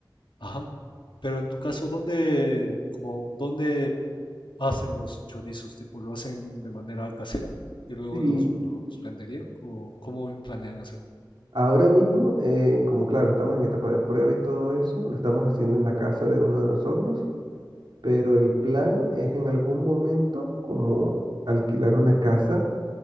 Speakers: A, on the left; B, on the right.
A: Ajá. Pero en tu caso, ¿dónde, como, dónde hacen los chorizos? Tipo, ¿lo hacen de manera casera y luego
B: Sí,
A: los, los venderían? ¿O cómo planean hacerlo?
B: ahora mismo, eh, como claro, estamos en etapa de prueba y todo eso, lo estamos haciendo en la casa de uno de nosotros, pero el plan es en algún momento como alquilar una casa